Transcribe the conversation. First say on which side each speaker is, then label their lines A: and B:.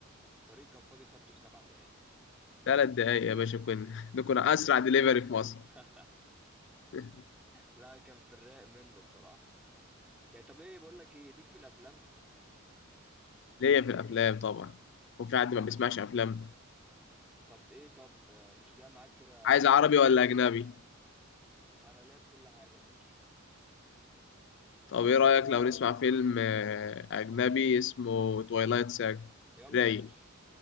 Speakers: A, in the centre; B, on the left (about 60°).
A: الطريق كان فاضي خدته في سبع دقايق
B: ثلاث دقايق يا باشا كنا <laughs> ده كنا اسرع دليفري في مصر
A: <laughs>
B: <laughs>
A: لا كان في الرايق منه بصراحة يعني طب ايه بقول لك ايه ليك في الافلام
B: ليا في الافلام طبعا وفي حد ما بيسمعش افلام
A: طب ايه طب آه، مش جاي معاك كده
B: عايز عربي ولا اجنبي
A: انا ليا في كل حاجة يا باشا
B: طب ايه رايك لو نسمع فيلم آه، اجنبي اسمه تويلايت ساج
A: يلا
B: رايق
A: يا باشا